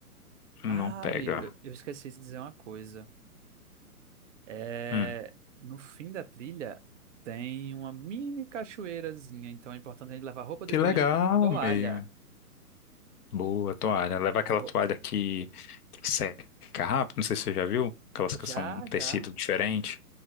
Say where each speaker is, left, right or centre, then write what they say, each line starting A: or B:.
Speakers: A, on the left (about 75°); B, on the right (about 55°).
A: Não
B: Ah,
A: pega.
B: amigo, eu eu esqueci de dizer uma coisa. É,
A: Hum.
B: no fim da trilha tem uma mini cachoeirazinha, então é importante a gente levar roupa de
A: Que
B: banho
A: legal,
B: e toalha.
A: meio. Boa toalha. Leva aquela
B: Ro-
A: toalha que, que seca rápido. Não sei se você já viu. Aquelas que
B: Já,
A: são um tecido
B: já.
A: diferente.